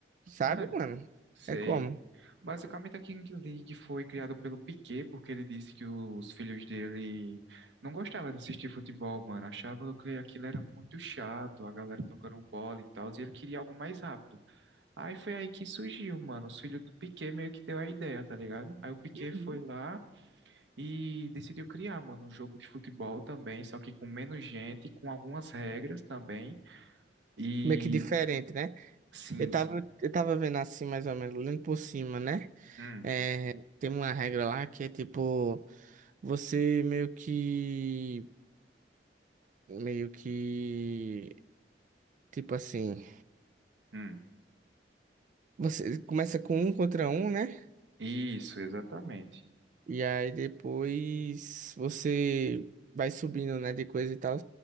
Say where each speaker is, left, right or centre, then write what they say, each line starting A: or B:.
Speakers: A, on the right (about 45°); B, on the right (about 80°).
A: Sabe,
B: Mano,
A: mano?
B: sei.
A: É como?
B: Basicamente, a King League foi criada pelo Piquet, porque ele disse que os filhos dele não gostavam de assistir futebol, mano. Achava que aquilo era muito chato, a galera tocando bola e tal, e ele queria algo mais rápido. Aí foi aí que surgiu, mano. Os filhos do Piquet meio que deu a ideia, tá ligado? Aí o Piquet
A: Uhum.
B: foi lá e decidiu criar, mano, um jogo de futebol também, só que com menos gente, com algumas regras também. E
A: Meio que diferente, né?
B: sim,
A: Eu tava,
B: sim.
A: eu tava vendo assim, mais ou menos, lendo por cima, né?
B: Hum,
A: É, tem uma regra lá que é tipo, você meio que meio que tipo assim,
B: hum.
A: você começa com um contra um, né?
B: Isso, exatamente.
A: E aí depois você vai subindo, né, de coisa e tal.